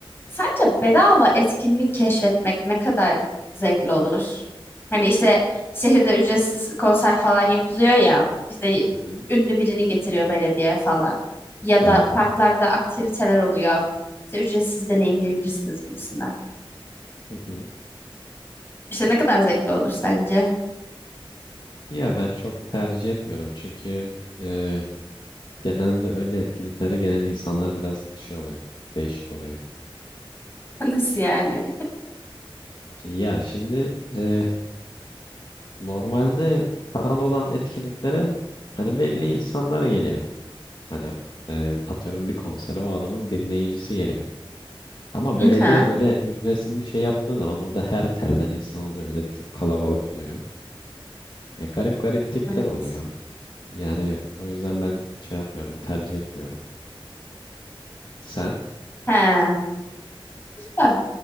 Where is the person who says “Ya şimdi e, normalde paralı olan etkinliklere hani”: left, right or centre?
Left